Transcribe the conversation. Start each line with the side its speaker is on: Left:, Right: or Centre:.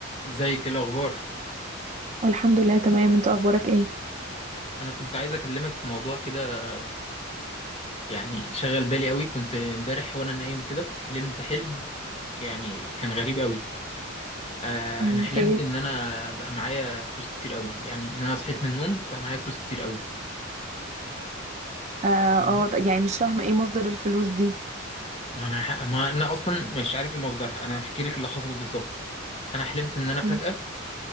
Left: ازيك إيه الاخبار
Right: والحمد لله تمام انت اخبارك ايه
Left: انا كنت عايز اكلمك في موضوع كده يعني شغل بالي قوي كنت امبارح وانا نايم كده حلمت حلم يعني كان غريب قوي آه
Right: مم،
Left: انا حلمت
Right: خير
Left: ان انا بقى معايا فلوس كتير قوي يعني ان انا صحيت من النوم بقى معايا فلوس كتير قوي
Right: اه
Left: مهم.
Right: اه ط- يعني مش فاهمه ايه مصدر الفلوس دي
Left: ما انا ح- ما انا اصلا مش عارف ايه مصدرها انا هحكي لك اللي حصل بالظبط انا حلمت ان انا فجأة
Right: مم.